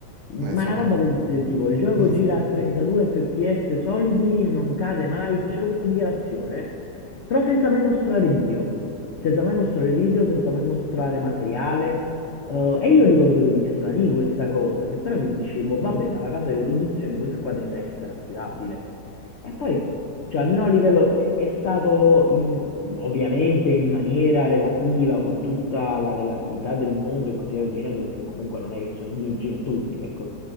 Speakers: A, on the left (about 75°); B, on the right (about 80°).
A: Ma
B: Eh sì,
A: una
B: eh.
A: roba del, del
B: <laughs>
A: tipo, il gioco gira a 32 fps solidi, non cade mai, fecero questa dichiarazione, però senza mai mostrare video, senza mai mostrare video, senza mai mostrare materiale. Eh, e io ricordo che mi stranì questa cosa, che però mi dicevo, vabbè, ma la casa di produzione questa qua tende a essere affidabile. E poi, cioè, almeno a livello è, è stato in- ovviamente in maniera relativa, con tutta la relatività del mondo e così via dicendo, perché comunque non è che sono i miei genitori, ecco.